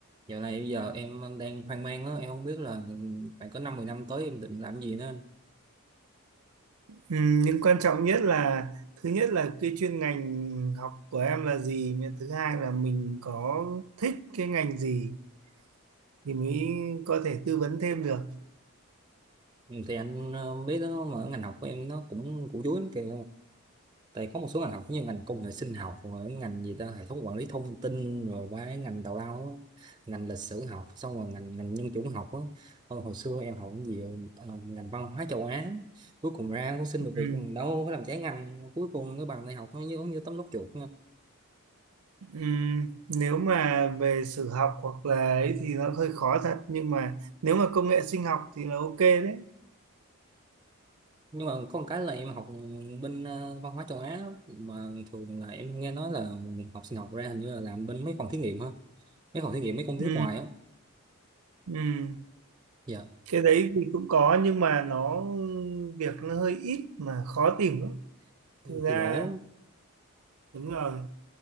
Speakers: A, on the right; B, on the right.
A: Dạo này bây giờ em đang hoang mang á, em không biết là phải có năm mười năm tới em định làm gì nữa.
B: Ừ, nhưng quan trọng nhất là thứ nhất là cái chuyên ngành học của em là gì, mà thứ hai là mình có thích cái ngành gì thì mới có thể tư vấn thêm được.
A: Ừ, Thì anh ờ, biết đó mà ngành học của em nó cũng củ chuối lắm kìa. Tại có một số ngành học như ngành công nghệ sinh học, rồi cái ngành gì ta, hệ thống quản lý thông tin, rồi cái ngành tào lao, á, ngành lịch sử học, xong rồi ngành ngành nhân chủng học á. Ờ, Hồi xưa em học cái gì ờ, ngành văn hóa châu Á, cuối cùng ra cũng xin
B: Ừ.
A: được việc đâu có làm trái ngành, cuối cùng cái bằng đại học nó giống như tấm lót chuột.
B: Ừ, nếu mà về sử học hoặc là ấy thì nó hơi khó thật nhưng mà nếu mà công nghệ sinh học thì là ok đấy.
A: nhưng mà có một cái là em học bên ờ, văn hóa châu Á á, mà thường là em nghe nói là học sinh học ra hình như là làm bên mấy phòng thí nghiệm ha mấy phòng thí nghiệm mấy công
B: Ừ,
A: ty nước ngoài á
B: ừ.
A: dạ
B: Cái đấy thì cũng có nhưng mà nó việc nó hơi ít mà khó tìm lắm. Thực ra
A: thì giỏi lắm.
B: đúng rồi.